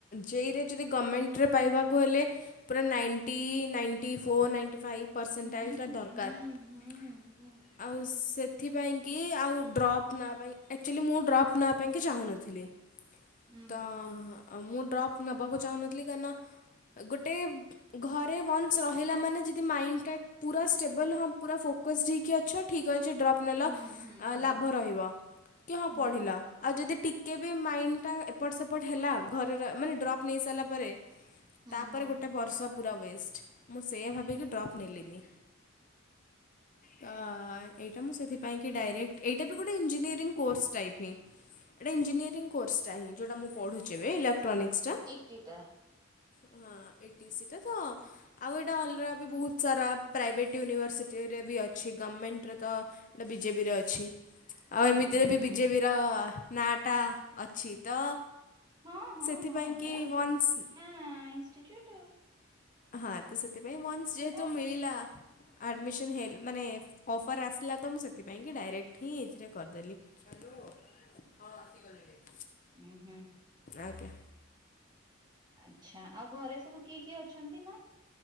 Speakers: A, on the left; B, on the right.
A: ଜେଇରେ ଯଦି ଗଭର୍ଣମେଣ୍ଟରେ ପାଇବାକୁ ହେଲେ ପୁରା ninety
B: ହୁଁ
A: ninety four ninety five ପରର୍ସେଣ୍ଟାଜ୍ଟା
B: ହୁଁ
A: ଦରକାର।
B: ହୁଁ ହୁଁ ହୁଁ।
A: ଆଉ ସେଥିପାଇଁକି ଆଉ ଡ୍ରପ୍ ନ ପାଇଁ ଆକ୍ଚୁଆଲି ମୁଁ ଡ୍ରପ୍ ନ ପାଇଁକି ଚାହୁଁନଥିଲି।
B: ହୁଁ
A: ତ ମୁଁ ଡ୍ରପ୍ ନବାକୁ ଚାହୁଁନଥିଲି କାରନ ଗୋଟେ ଘରେ ୱାନ୍ସ ରହିଲା ମାନେ ଯଦି ମାଇଣ୍ଡଟା ପୁରା ଷ୍ଟେବଲ୍ ହଁ ପୁରା ଫୋକସ୍ଡ ହେଇକି ଅଛ। ଠିକ୍ ଅଛି ଡ୍ରପ୍
B: ହୁଁ
A: ନେଲ
B: ହୁଁ ହୁଁ
A: ଲାଭ ରହିବ କି ହଁ
B: ହୁଁ
A: ପଢ଼ିଲ ଆଉ ଯଦି ଟିକେ ମାଇଣ୍ଡ ଟା ଏପଟ ସେପ ହେଲା ଘରେ ର ମାନେ ଡ୍ରପ ନେଇସରିଲା ପରେ
B: ହୁଁ
A: ତାପରେ
B: ହୁଁ
A: ଗୋ ଟେ ବର୍ଷ ପୁରା ୱେଷ୍ଟ ମୁଁ ସେୟା ଭାବିକି
B: ହୁଁ
A: ଡ୍ରପ୍
B: ହୁଁ।
A: ନେଲିନି। ତ ଏଇଟା ମୁଁ ସେଥିପାଇଁ କି ଡାଇରେକ୍ଟ ଏଇଟା ବି ଗୋଟେ ଇଞ୍ଜିନିୟରିଂ କୋର୍ସ ଟାଇପ୍ ହିଁ। ଏଇଟା ଇଞ୍ଜିନିୟରିଂ କୋର୍ସଟା ହିଁ ଯେଉଟା ମୁଁ ପଢୁଛି ଏ ଇଲେକ୍ଟ୍ରୋନିକ୍ସଟା।
B: ଇଟିଟା
A: ହଁ ଏଇଠି ସେଟା ତ ଆଉ ଏଇଟା ହଲ୍ର ବି ବହୁତ ସାରା ପ୍ରାଇଭେଟ୍ ୟୁନିଭର୍ସିଟିରେ ବି ଅଛି ଗଭର୍ଣ୍ଣମେଣ୍ଟରେ ତ ଏଟ ବିଜେପିରେ ଅଛି। ଆଉ
B: ହୁଁ
A: ଏମିତିରେ
B: ହୁଁ
A: ବି
B: ହୁଁ
A: ବିଜେପିର ନାଁଟା ଅଛି ତ
B: ହଁ ହଁ
A: ସେଥିପାଇଁ
B: ହଁ ହେଟା
A: କି
B: ପୁରୁଣା
A: ୱନ୍ସ
B: ଇନଷ୍ଟିଚ୍ୟୁଟ
A: ହଁ ତ ସେଥିପାଇଁ ୱାନ୍ସ ଯେହେତୁ
B: ଆଉ।
A: ମିଳିଲା। ଆଡ଼ମିସନ୍
B: ହଁ।
A: ହେ ମାନେ ଅଫର୍ ଆସିଲା ତ ମୁଁ ସେଥିପାଇଁକି ଡାଇରେକ୍ଟ ହିଁ ଏଇଥିରେ କରିଦେଲି। ହାଲୋ ହଁ ଆସିଗଲେଣି।
B: ଉୁଁ ହୁଁ।
A: ଆଜ୍ଞା।
B: ଆଚ୍ଛା ଆଉ ଘରେ ସବୁ କିଏ କିଏ ଅଛନ୍ତି ମା?